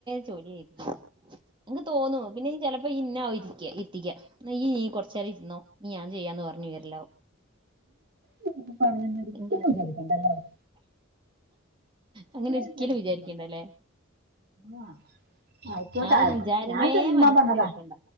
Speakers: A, on the right; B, on the right.
A: ചോലിയായി എക്ക് തോന്നു പിന്നെ ചിലപ്പോ ഇന്ന ആ ഇരിക്ക എത്തിക്ക ീ നീ കൊറച്ച നേരം ഇരുന്നോ ഞാൻ ചെയ്യാന്ന് പറഞ്ഞഞ് വരില്ലോ
B: അ പറഞ്ഞുന്ന ഒരിക്കലും
A: ഉം.
B: വിചരിക്കണ്ടല്ലോ അവിടെ
A: അങ്ങനെ ഒരിക്കലും
B: വിചാരിക്കണ്ടല്ലോ.
A: വിചാരിക്കണ്ട അല്ലേ
B: ആ ആയിക്കോട്ട
A: ഒരു വിചാരമേ
B: ഞാൻ ചുമ്മാ
A: മനസ്സിൽ
B: പറഞ്ഞതാ
A: വെക്കണ്ട